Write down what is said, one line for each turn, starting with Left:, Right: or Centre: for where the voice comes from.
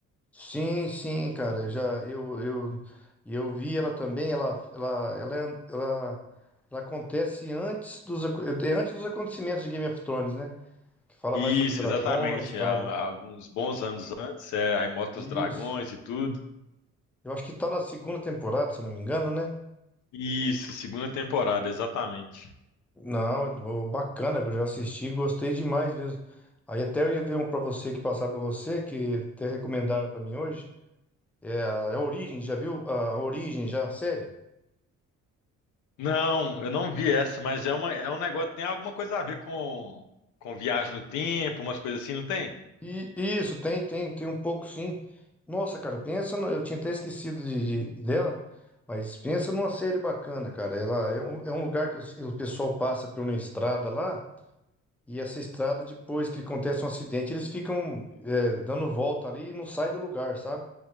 Centre: Sim, sim, cara, eu já eu eu eu vi ela também, ela ela ela é- ela, ela acontece antes dos aco- é é antes dos acontecimentos de Game of Thrones, né? Que fala
Left: Isso,
Centre: mais sobre dragões,
Left: exatamente.
Centre: e tal,
Left: Há, há
Centre: né?
Left: alguns bons anos antes, é, aí mostra
Centre: Isso.
Left: os dragões e tudo.
Centre: Eu acho que tá na segunda temporada, se eu não me engano, né?
Left: Isso, segunda temporada, exatamente.
Centre: Não, ô, bacana, eu já assisti, gostei demais mesmo. Aí até eu ia ver um pra você que passar pra você, que até recomendaram pra mim hoje. É a, é a Origem, já viu a, a Origem já, a série?
Left: Não, eu não vi essa, mas é, uma, é um negócio, tem alguma coisa a ver com, com viagem no tempo, umas coisas assim, não tem?
Centre: E isso, tem, tem, tem um pouco sim. Nossa, cara, pensa, no- eu tinha até esquecido de, de- dela, mas pensa numa série bacana, cara. Ela é um, é um lugar que os- o pessoal passa por uma estrada lá, e essa estrada, depois que acontece um acidente, eles ficam é, dando volta ali e não sai do lugar, sabe?